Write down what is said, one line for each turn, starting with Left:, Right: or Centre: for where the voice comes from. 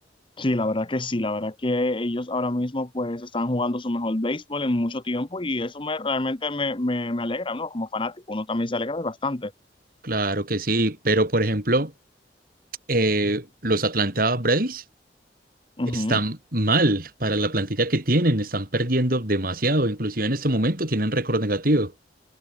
Left: Sí, la verdad que sí, la verdad que ellos ahora mismo pues están jugando su mejor béisbol en mucho tiempo y eso me realmente me, me, me alegra, ¿no? Como fanático, uno también se alegra bastante.
Right: Claro que sí, pero por ejemplo, eh, los Atlanta Braves
Left: Ujú.
Right: están mal para la plantilla que tienen, están perdiendo demasiado, inclusive en este momento tienen récord negativo.